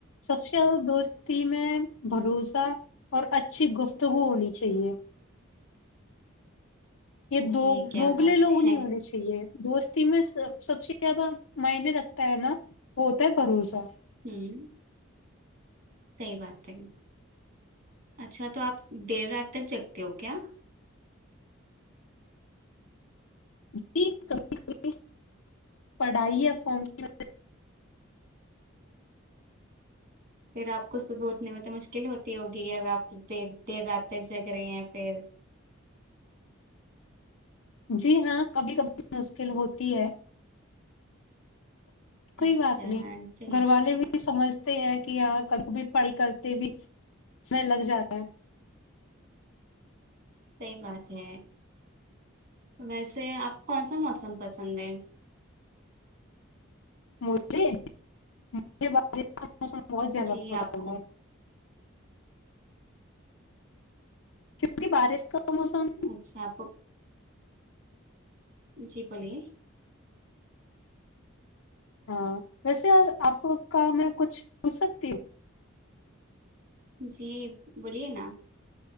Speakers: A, on the left (about 85°); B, on the right (about 50°).
A: سب سے چل دوستی میں بھروسہ اور اچھی گفتگو ہونی چاہیے یہ
B: جی
A: دو
B: کیا
A: دوگلے
B: بات
A: لوگ
B: ہے
A: نہیں ہونے چاہیے دوست میںب سب سے زیادہ معنے رگتا ہے نا وہ ہوتا ہے بھروسہ
B: ہوں صحیح بات ہے اچھا تو آپ دیر رات تک جگتے ہو کیا
A: جی کبھی کبھی پڑھائی فار کی
B: پھر آپ کو صبح اٹنے میں تو مشکل ہوتی ہوگی ا آپ د دیر رات تک جگ رہے ہیں پھر
A: جی ہاں کبھی کبھی مشکل ہوتی ہے کوئی
B: اچھا
A: بات نہیں
B: چلیے
A: گھر والے بھی سمجھتے ہیں کہ آ ک کو بھی پڑھائی کرتے بھی س لگ جاتا ہے
B: صحی بات ہے ویسے آپ کون سا موسم پسند ہے
A: مجھے مجھے ب مسم بہت زیادہ
B: جی
A: فسل
B: آپ کو
A: ہے کیونکہ بارش کا موسم
B: اچھا اپ جی بولیے
A: ہاں ویسے آپ کا میں کچھ پوچھ سکتی ہوں
B: جی بولیے نا